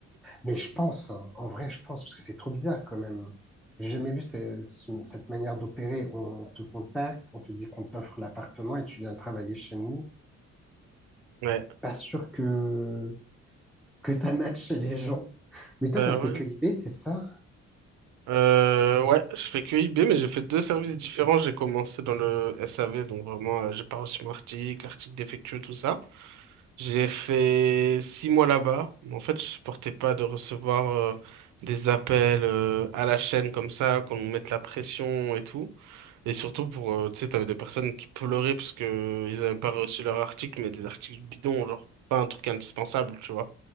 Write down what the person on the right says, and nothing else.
Ouais,
bah
ouais.
Euh, ouais, je fais que IB, mais j'ai fait deux services différents. J'ai commencé dans le SAV, donc vraiment, euh, j'ai pas reçu
mon article, l'article défectueux, tout ça. J'ai fait six mois là-bas. En fait, je supportais pas de recevoir euh, des appels euh, à la chaîne comme ça, qu'on nous mette la pression et tout. Et surtout pour, euh, tu sais, t'avais des personnes qui pleuraient parce que ils avaient pas reçu leur article, mais des articles bidons, genre pas un truc indispensable, tu vois.